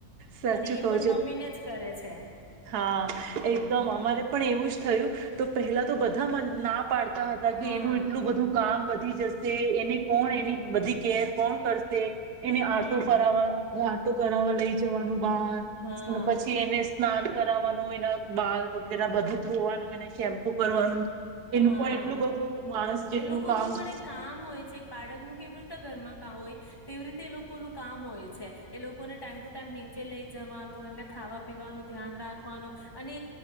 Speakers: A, on the right; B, on the left.
A: સાચું
B: અને ઈ
A: કહું
B: પણ
A: છું
B: મમ્મી ને જ કરે છે
A: હા એકદમ
B: હા
A: અમારે પણ એવું જ થયું. તો પહેલા તો બધા મન ના પાડતા હતા
B: હા
A: કે એનું એટલું બધું કામ વધી જશે એને કોણ
B: હમ
A: એની બધી કેર કોણ કરશે એને
B: હમ
A: આટો ફરવા કોણ તો કરાવા લઈ જવા બહાર
B: હા
A: અને પછી એને સ્નાન કરાવાનું એના બાલ વગેરે બધું ઘોવાનું એને શેમ્પુ કરવાનું. એનું
B: હા
A: પણ એટલું બધું માણસ
B: એ
A: જેટલું
B: લોકોનું
A: કામ
B: પણ એક કામ હોય છે એક બાળકનું કેવી રીતે ઘરમાં કામ હોય તેવી રીતે એ લોકો ન કામ હોય છે એ લોકોને ટાઈમ ટુ ટાઈમ નીચે લઈ જવાનું એમને ખાવા પીવાનું ધ્યાન રાખવાનું અને